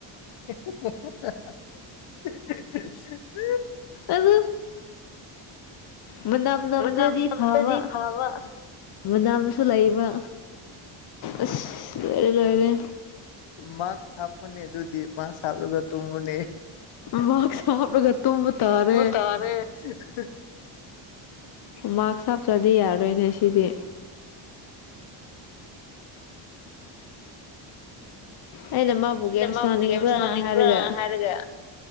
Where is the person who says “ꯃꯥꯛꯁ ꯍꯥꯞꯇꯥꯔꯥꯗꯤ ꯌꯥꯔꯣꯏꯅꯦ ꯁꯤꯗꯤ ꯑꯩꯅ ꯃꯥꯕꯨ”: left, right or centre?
Left